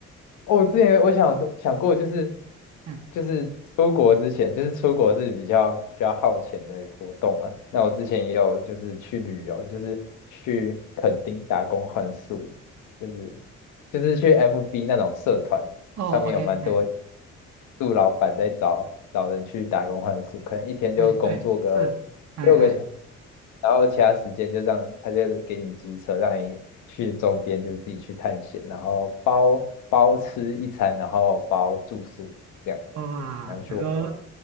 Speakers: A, on the left; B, on the right.
A: 哦我之前我想想过，就是
B: 哎，
A: 就是出国之前，就是出国是比较需要耗钱的活动啊。那我之前也有就是去旅游，就是去垦丁打工换宿，就是就是去 FB 那种社团上面有蛮多
B: 哦，OK，哎
A: 杜老板在找找人去打工换宿，可能一天就工作个六个小时，
B: 哎对，是，哎哎，
A: 然后其他时间就让他就给你机车，让你去周边，就是自己去探险，然后包包吃一餐，然后包住宿这样，
B: 哇，
A: 然后去玩。
B: 等于说